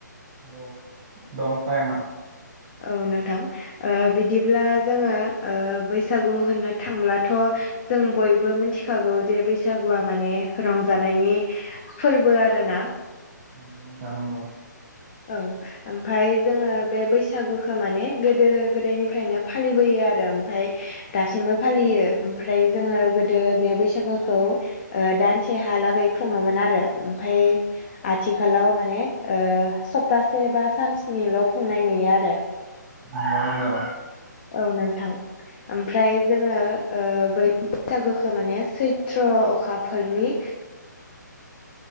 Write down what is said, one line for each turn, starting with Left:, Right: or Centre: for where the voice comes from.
Right: औ दं टाइमया
Left: औ नोंथां ओ बिदिब्ला जोङो ओ बैसागु होननो थांब्लाथ' जों बयबो मिथिखागौ जे बैसागुआ माने रंजानायनि फोरबो आरोना
Right: नंगौ नोंथां नंगौ
Left: औ ओमफाय जोङो बे बैसागुखौ माने गोदो गोदायनिफ्रायनो फालिबोयो आरो ओमफाय दासिमबो फालियो ओमफ्राय जोङो गोदो बे बैसागोखौ ओ दानसे हालागै खुङोमोन आरो ओमफाय आथिखालाव माने ओ सप्तासे बा सानसे सानस्निल' खुंनाय नुयो आरो
Right: नंगौ नंगौ
Left: औ नोंथां ओमफ्राय जोङो ओ बै बैसागोखौ माने सैथ्र अखाफोरनि